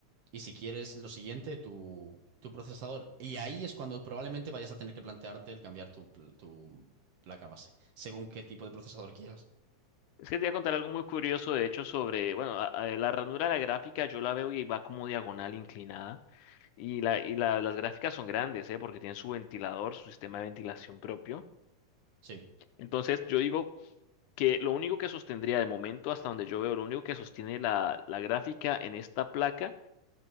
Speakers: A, on the right (about 55°); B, on the left (about 80°).
A: y si quieres lo siguiente, tu, tu procesador. Y ahí es cuando probablemente vayas a tener que plantearte el cambiar tu, pl- tu placa base, según qué tipo de procesador quieras.
B: Es que te voy a contar algo muy curioso, de hecho, sobre, bueno, a- a- la ranura de la gráfica yo la veo y va como diagonal inclinada. Y, la, y la- las gráficas son grandes, ¿eh? Porque tienen su ventilador, su sistema de ventilación propio.
A: Sí.
B: Entonces yo digo, que lo único que sostendría de momento, hasta donde yo veo, lo único que sostiene la, la gráfica en esta placa